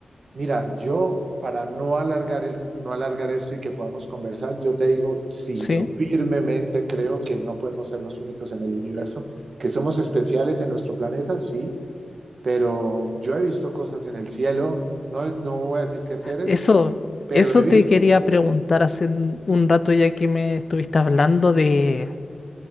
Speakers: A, on the right (about 60°); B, on the left (about 45°).
A: Mira, yo para no alargar el, no alargar esto y que podamos conversar, yo te digo, sí,
B: Sí.
A: yo firmemente creo que no podemos ser los únicos en el universo, que somos especiales en nuestro planeta, sí, pero yo he visto cosas en el cielo, no, no voy a decir qué seres,
B: Eso,
A: pero
B: eso
A: he visto,
B: te quería preguntar hace un un rato ya que me estuviste hablando de...